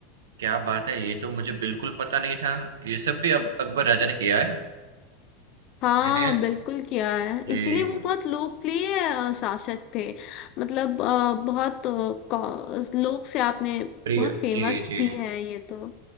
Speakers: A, on the right (about 65°); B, on the left (about 40°).
A: क्या बात है! ये तो मुझे बिल्कुल पता नहीं था। ये सब भी अब अकबर राजा ने किया है?
B: हाँ
A: मैंने
B: बिल्कुल किया है
A: जी,
B: इसीलिए वो बहुत लोकप्रिय अ, शासक थे मतलब अ, बहुत अ, कौ- लोक से आपने
A: प्रिय
B: बहुत फेमस
A: जी, जी।
B: भी है ये तो